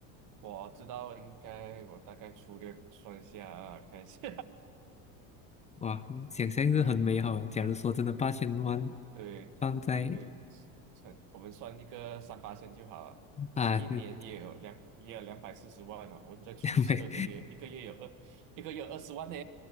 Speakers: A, on the right (about 60°); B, on the left (about 20°).
A: 我知道应该，我大概粗略算一下啊，看一下，
B: 哇，想象是很美好的。假如说真的八千万
A: <laughs> 对。
B: 放在
A: 可以算，我们算一个三八线就好了。
B: 啊，
A: 一年也有两也有两百四十万哦，
B: 嗯
A: 我们再除十二个月，
B: <laughs> 每
A: 一个月有二一个月二十万呢，